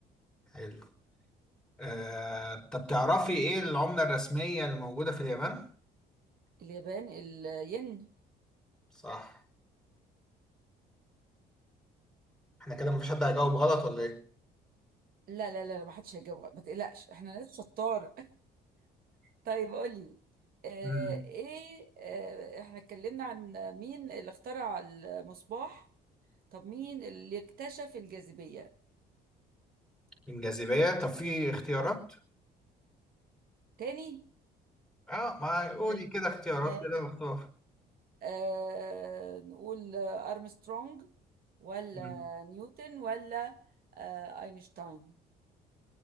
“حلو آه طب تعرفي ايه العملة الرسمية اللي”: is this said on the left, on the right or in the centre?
Centre